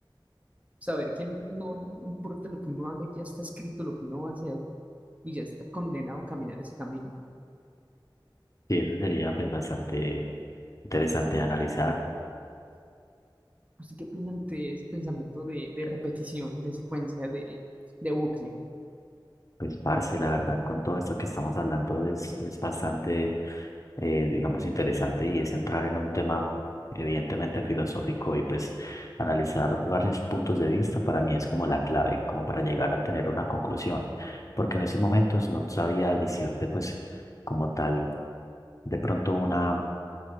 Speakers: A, on the right; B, on the left.
A: Saber que no, no no importa lo que uno haga, ya está escrito lo que uno va a hacer y ya está condenado a caminar ese camino.
B: sí, eso sería pues bastante Interesante de analizar.
A: ¿Usted qué opina ante ese pensamiento de, de repetición, de secuencia, de, de bucle,
B: Pues, parce, la verdad, con todo esto que estamos hablando es, es bastante, eh, digamos, interesante y es entrar en un tema evidentemente filosófico y pues analizar varios puntos de vista para mí es como la clave, como para llegar a tener una conclusión, porque en esos momentos no sabría decirte pues como tal de pronto una,